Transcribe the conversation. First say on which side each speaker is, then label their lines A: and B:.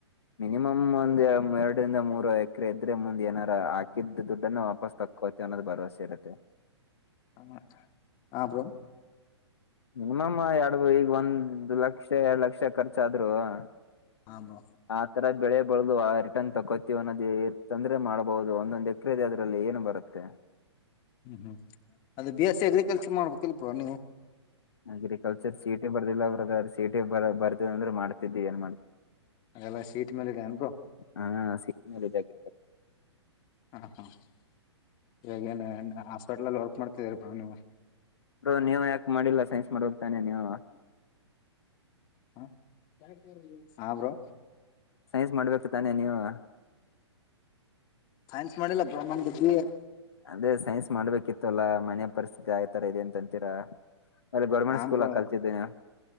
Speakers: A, on the left (about 65°); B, on the left (about 30°).
A: ಮಿನಿಮಮ್ ಒಂದ್ ಎರಡ್ ನಿಂದ ಮೂರು ಕ್ರೆ ಇದ್ರೆ ಮುಂದ್ ಏನರ ಹಾಕಿದ್ ದುಡ್ಡನ್ನ ವಾಪಸ್ ತಕ್ಕೋತೇವಿ ಅನ್ನೋದು ಭರವಸೆ ಇರುತ್ತೆ.
B: <unintelligible> ಹ ಹ ಬ್ರೋ
A: ಮಿನಿಮಮ್ ಯಾಡ್ ಈಗ ಒಂದ್ ಲಕ್ಷ ಯಾಡ್ ಲಕ್ಷ ಖರ್ಚಾದ್ರು <unintelligible>
B: ಹಾ ಬ್ರೋ
A: ಆ ತರ ಬೆಳೆ ಬರ್ದುವ ರಿಟರ್ನ್ ತಕೋತೀವಿ ಅನ್ನೋದ ಇತ್ತಂದ್ರೆ ಮಾಡ್ಬೋದು ಒಂದೊನ್ದ್ ಎಕ್ರೆ ಇದೆ ಅದ್ರಲ್ಲಿ ಏನು ಬರುತ್ತೆ.
B: ಹ್ಮ್ ಹ್ಮ್ ಅದು ಬಿ ಎಸ್ ಸಿ ಅಗ್ರಿಕಲ್ಚರ್ ಮಾಡ್ಬೇಕಿಲ್ ಪ ನೀವ್
A: ಅಗ್ರಿಕಲ್ಚರ್ ಸಿ ಇ ಟಿ ಬರ್ದಿಲ <unintelligible> ಸಿಇಟಿ ಬ ಬರ್ದಿನಿ ಅಂದ್ರೆ ಮಾಡ್ತಿದಿದ್ದಿ ಏನ್ ಮಾಡ್
B: ಎಲ ಸಿಇಟ್ ಮೇಲೆದೆ ಏನ್ ಬ್ರೋ
A: ಹಾ ಸಿಟಿ ಮೇಲೆ ಇದೆ ಅಗ್ರಿಕಲ್ಚರ್
B: ಹಾ ಹಾ <unintelligible> ಇವಗೇನ್ ಹಾಸ್ಪಿಟಲ್ ವರ್ಕ್ ಮಾಡ್ತಿದೀರಿ ಬ್ರೋ ನೀವು
A: ಬ್ರೋ ನೀವು ಯಾಕೆ ಮಾಡಿಲ್ಲ ಸೈನ್ಸ್ ಮಾಡ್ಬೇಕ್ ತಾನೆ
B: <unintelligible>
A: ನೀವು
B: ಹ <unintelligible> ಹಾ ಬ್ರೋ
A: ಸೈನ್ಸ್ ಮಾಡ್ಬೇಕ್ ತಾನೆ ನೀವು <unintelligible>
B: ಸೈನ್ಸ್ ಮಾಡಿಲ್ಲ ಬ್ರೋ ನಂದು ಬಿ ಎ.
A: ಅದೇ ಸೈನ್ಸ್ ಮಾಡ್ಬೇಕಿತ್ತುಲ್ಲಾ ಮನೆ ಪರಿಸ್ಥಿತಿ ಆತರ ಇದೆ ಅಂತ ಅಂತೀರಾ. ಅಲ್ಲಿ ಗೌರ್ಮೆಂಟ್
B: ಹಾ
A: ಸ್ಕೂಲ
B: ಬ್ರೋ
A: ಕಳ್ತಿದ್ ನೀವ್